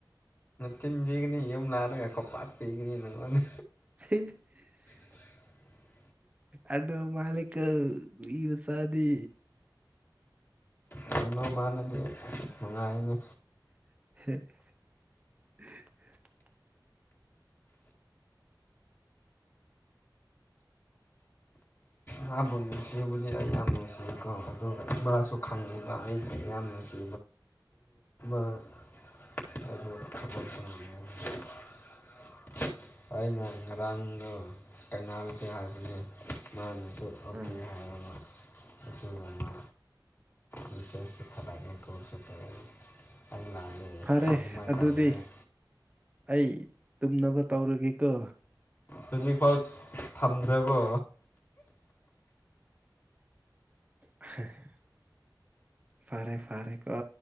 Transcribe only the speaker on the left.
ꯆꯤꯟ ꯊꯤꯒꯅꯤ ꯌꯨꯝ ꯂꯔꯒ ꯀꯣꯄꯥ <unintelligible> ꯅꯉꯣꯟꯗ
<unintelligible>
ꯌꯥꯝꯅꯣ ꯃꯥꯟꯅꯅꯤ ꯅꯨꯡꯉꯥꯏꯅꯤ
ꯃꯥꯕꯨ ꯅꯨꯡꯁꯤꯕꯨꯗꯤ ꯑꯩ ꯌꯥꯝ ꯅꯨꯡꯁꯤꯀꯣ ꯑꯗꯨꯒ ꯃꯥꯁꯨ ꯈꯪꯉꯤꯕ ꯑꯩꯗꯤ ꯌꯥꯝ ꯅꯨꯡꯁꯤ <unintelligible> ꯑꯗꯣ ꯊꯕꯛꯇꯣ ꯉꯝ ꯍꯧꯗ <unintelligible> ꯒꯤ ꯑꯩꯅ ꯉꯔꯥꯡꯗꯣ ꯀꯩꯅꯥꯜ ꯆꯦ ꯍꯥꯏꯕꯅꯦ ꯃꯥꯅ ꯑꯣꯀꯦ
ꯍꯥꯏꯑꯕ ꯃꯥ ꯑꯗꯨꯒ ꯃꯥ ꯃꯤꯁꯦꯁ ꯁꯨ ꯊꯕꯛꯅꯤ ꯀꯣꯜꯁꯨ ꯇꯧꯔꯛꯏ ꯑꯩ ꯂꯥꯜꯂꯦ ꯑꯩ
ꯑꯗꯨꯃꯥꯏꯅ
ꯇꯧ <unintelligible>
ꯍꯧꯖꯤꯛꯐꯥꯎ ꯊꯝꯗ꯭ꯔꯕꯣ